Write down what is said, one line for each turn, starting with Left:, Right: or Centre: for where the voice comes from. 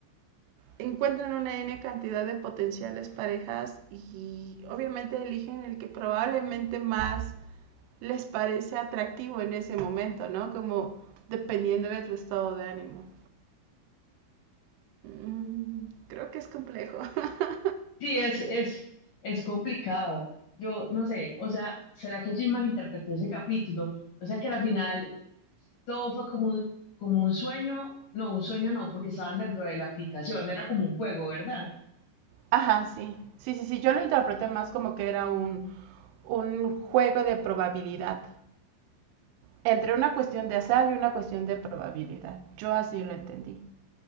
Right: encuentran una N cantidad de potenciales parejas y obviamente eligen el que probablemente más les parece atractivo en ese momento, ¿no? Como dependiendo de tu estado de ánimo. Mm, creo que es complejo. <laughs>
Left: Sí, es, es, es complicado. Yo no sé, o sea, ¿será que Jim malinterpretó ese capítulo? O sea que al final todo fue como un, como un sueño, no, un sueño no, porque estaban dentro de la aplicación, era como un juego, ¿verdad?
Right: Ajá, sí. Sí, sí, sí. Yo lo interpreté más como que era un, un juego de probabilidad. Entre una cuestión de azar y una cuestión de probabilidad. Yo así lo entendí.